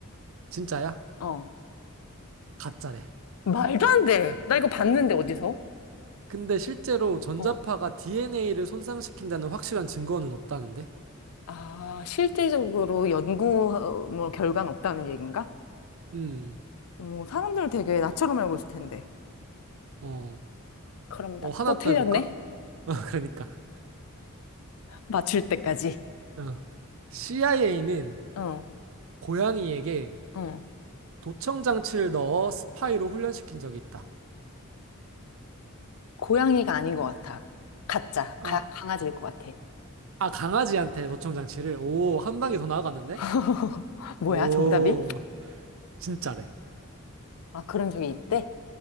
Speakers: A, on the right; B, on the left.
A: 진짜야?
B: 어.
A: 가짜래.
B: 말도 안 돼. 나 이거 봤는데, 어디서?
A: 근데 실제로 전자파가
B: 어.
A: DNA를 손상시킨다는 확실한 증거는 없다는데?
B: 아, 실질적으로 연구 어, 뭐 결과는 없다는 얘긴가?
A: 음,
B: 뭐 사람들을 되게 나처럼 알고 있을 텐데.
A: 어,
B: 그럼
A: 어,
B: 나
A: 하나
B: 또 틀렸네?
A: 더 해볼까? <laughs> 어, 그러니까.
B: 맞출 때까지.
A: 어. CIA는
B: 어,
A: 고양이에게
B: 어.
A: 도청 장치를 넣어 스파이로 훈련시킨 적이 있다.
B: 고양이가 아닌 것 같아. 가짜.
A: 아,
B: 가, 강아지일 것 같아.
A: 아, 강아지한테 도청 장치를. 오, 한 단계 더 나아갔는데?
B: <laughs> 뭐야,
A: 오,
B: 정답이?
A: 진짜래.
B: 아, 그런 적이 있대?